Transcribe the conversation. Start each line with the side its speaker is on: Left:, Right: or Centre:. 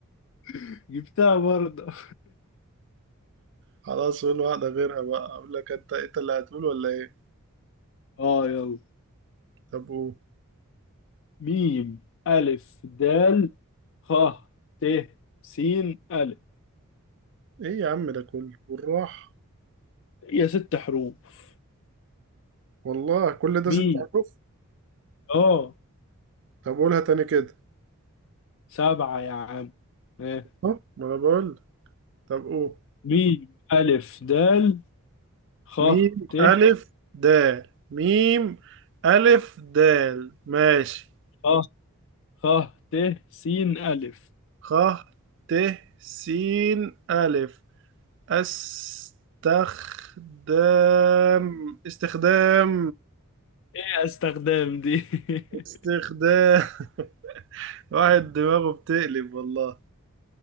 Left: <laughs> جبتها برضه
Right: خلاص قول واحدة غيرها بقى اقول لك انت انت اللي هتقول ولا ايه
Left: اه يلا
Right: طب قول
Left: ميم ألف دال خ ت س ألف
Right: ايه يا عم ده كله بالراحة
Left: هي ست حروف
Right: والله كل ده
Left: ميم
Right: ست حروف
Left: اه
Right: طب قولها تاني كده
Left: سبعة يا عم آه.
Right: أهو، ما انا بقول طب قول
Left: ميم ألف دال خ
Right: ميم
Left: ت
Right: ألف دال ميم ألف دال ماشي
Left: خ خ ت س ألف
Right: خ ت س ألف استخدام استخدام
Left: ايه استخدام دي <laughs>
Right: استخدام <laughs> واحد دماغه بتقلب والله